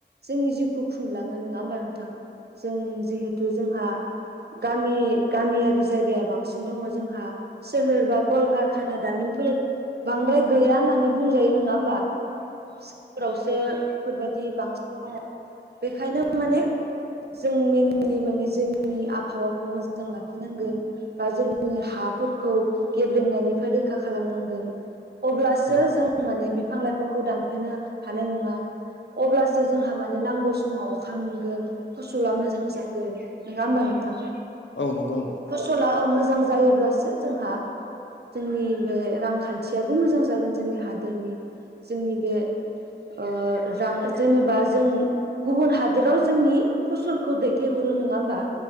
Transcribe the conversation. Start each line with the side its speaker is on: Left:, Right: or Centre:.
Right: जोंनि जिउखौ खुंलाङो नङा होमबा नोंथां। जों जिहेथु जोंहा गामि गामियारि जायगाया बांसिन दङ जोंहा। सोहोर बा कलकारखाना दामिनफोर बांद्राय गैया होननानै बुंजायो नङा होमबा? सोहोरावसो बेफोरबायदि बांसिन दङ बेखायनो माने जों मेनलि माने जोंनि आबहावाखौ मोजां लाखिनांगोन। बा जोंनि हाफोरखौ गेब्रेंनायनिफ्राय रैखा खालामनांगोन। अब्लासो
Left: औ
Right: जों माने बिफां लाइफांखौ दानफायनो हानाय नङा। अब्लास सो जोंहा माने नांगौ समाव अखा मोनगोन। फसला मोजां जागोन नोङा होमबा नोंथां।
Left: औ नंगौ नोंथां।
Right: फसला ओ मोजां जायोब्लासो जोंहा जोंनि बे रांखान्थियाबो मोजां जागोन। जोंनि हादोरनि जोंनि बे ओ रां ओस जेनेबा जों गुबुन हादोराव जोंनि फसलखौ दैथायहरो नोङा होमबा?